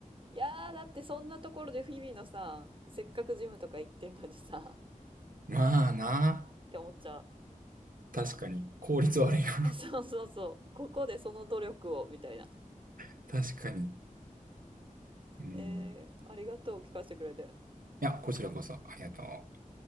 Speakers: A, on the right; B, on the right.
A: いやー、だってそんなところで日々のさ、せっかくジムとか行ってんのにさ、っ
B: まあな。
A: て思っちゃ
B: 確かに。効率悪いな。
A: う。うん <laughs> そうそうそう。ここでその努力を、みたいな。
B: <laughs> 確かに。うん。
A: えー、ありがとう、聞かせてくれて。
B: いや、こちらこそ、ありがとう。